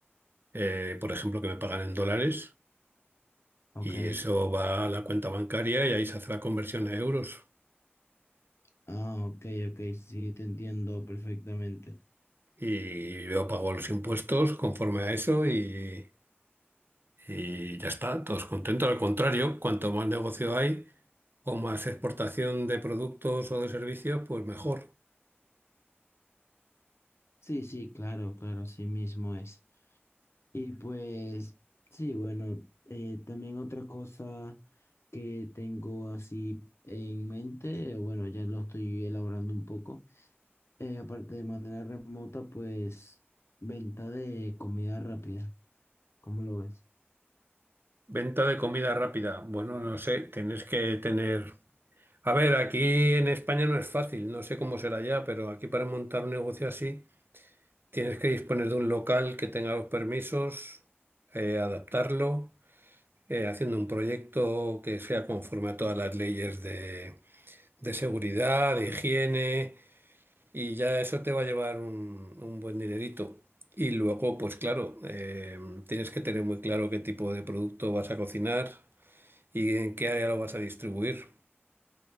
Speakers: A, on the right (about 55°); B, on the left (about 75°).
A: eh, por ejemplo, que me pagan en dólares,
B: Ok.
A: y eso va a la cuenta bancaria y ahí se hace la conversión a euros.
B: Ah, ok, ok, sí, te entiendo perfectamente.
A: Y yo pago los impuestos conforme a eso y, y ya está, todos contentos. Al contrario, cuanto más negocio hay, o más exportación de productos o de servicios, pues mejor.
B: Sí, sí, claro, claro, así mismo es. Y pues, sí, bueno, eh, también otra cosa que tengo así en mente, eh, bueno, ya lo estoy elaborando un poco, eh, aparte de manera remota, pues venta de comida rápida. ¿Cómo lo ves?
A: Venta de comida rápida. Bueno, no sé, tienes que tener... A ver, aquí en España no es fácil, no sé cómo será ya, pero aquí para montar un negocio así tienes que disponer de un local que tenga los permisos, eh, adaptarlo, eh, haciendo un proyecto que sea conforme a todas las leyes de, de seguridad, de higiene, Y ya eso te va a llevar un, un buen dinerito. Y luego, pues claro, eh, tienes que tener muy claro qué tipo de producto vas a cocinar y en qué área lo vas a distribuir.